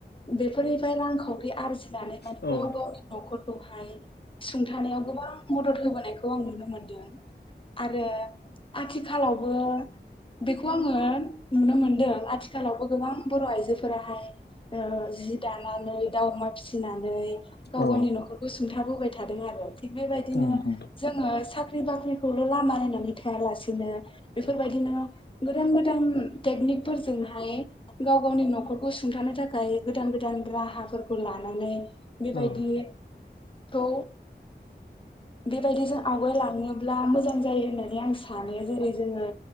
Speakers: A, on the left; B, on the left.
A: बेफोरनिफ्राय रांखावरि आरजिनानै माने
B: औ उम
A: गाव गावनि नखरखौहाय सुंथानायाव गोबां मदद होबोनायखौ आं नुनो मोनदों आरो आथिखालावबो बेखौ आंङो नुनो मोनदों आथिखालावबो गोबां बर आइजोफोर फोराहाय ओ जि दानाानानै दाउ अमा फिसिनानै गाव
B: औ
A: गावनि नखरखौ सुंथाबोबाय थादों आरो थ बेबायदिनो
B: उम उम
A: जोंनि साख्रि बाख्रि लामा नायनानै थाया लासेनो बेफोरबायदिनो गोदान गोदान थेकनिक फोरजोंहाय गाव गावनि नखरखौ सुंथानो थाखाय गोदान गोदान राहाफोरखौ लानानै बेबायदिखौ
B: औ
A: बायदिजों आवगायलाङोब्ला मोजां जनानै आ स जेरै जोंङो